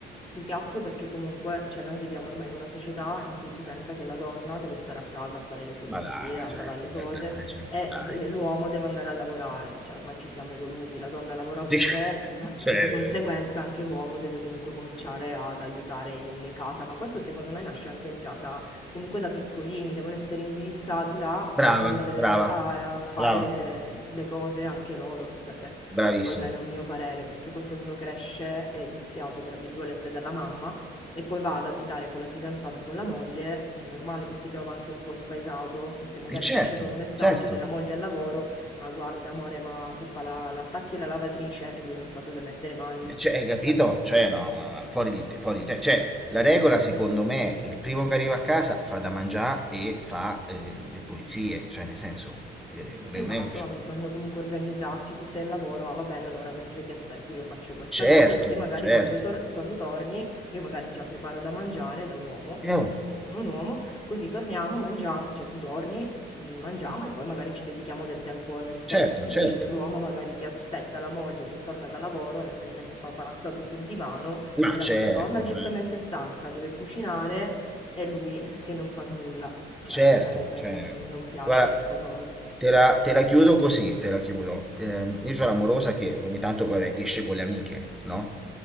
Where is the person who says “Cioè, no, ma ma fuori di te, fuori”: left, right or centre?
Centre